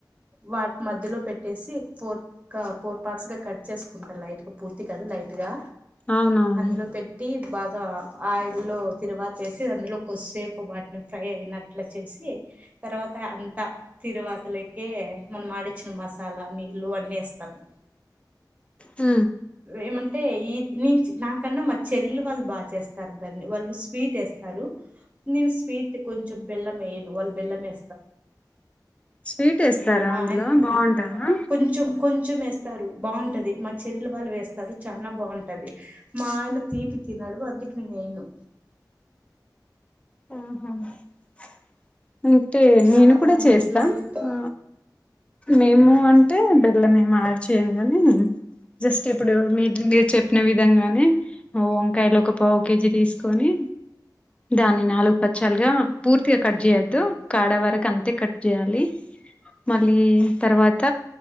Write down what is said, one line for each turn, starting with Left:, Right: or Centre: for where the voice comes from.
Right: వాటి మధ్యలో పెట్టేసి ఫోర్ క ఫోర్ పార్ట్స్ గా కట్ చేసుకుంటా లైట్ గా పూర్తి కాదు లైట్ గా
Left: అవునవును
Right: అందులో పె టీ బాగా ఆయిల్ లో తిరువాతేసి అందులో కొస్సేపు వాటిని ఫ్రై అయిన అట్ల చేసి తర్వాత అంతా తిరువాతలేకే మనం ఆడిచ్చిన మసాలా నీళ్ళు అన్నీ ఏస్తాను
Left: ఊ
Right: ఏమంటే ఈ నీచ్ నాకన్నా మా చెల్లెలు వాళ్ళు బా చేస్తారు దాన్ని వాళ్ళు స్వీట్ ఏస్తారు నేను స్వీట్ కొంచెం బెల్లము ఎయ్యను వాళ్లు బెల్లం ఏ
Left: స్వీట్ ఏస్తారా
Right: మా
Left: అందులో
Right: ఆయన
Left: బావుంటాదా
Right: కొంచెం కొంచెం వేస్తారు బావుంటది మా చెల్లెలు వాళ్ళు వేస్తారు చానా బావుంటది మా ఆయన తీపి తినడు అందుకు నేను ఏయ్యను
Left: ఆహా <inaudible> టే
Right: చాలా
Left: నేను కూడా
Right: బాగుంటుంది
Left: చేస్తా
Right: లైట్
Left: ఆ నేను అంటే బెల్లం ఏం యాడ్ చేయను కానీ జస్ట్ ఇప్పుడు మీరు మీరు చెప్పిన విధంగా అని వంకాయలు ఒక పావు కే జీ తీసుకొని దాన్ని నాలుగు ప చల్ గా పూర్తిగా కట్ చేయద్దు కాడ వరకు అంతే కట్ చేయాలి మళ్ళీ తర్వాత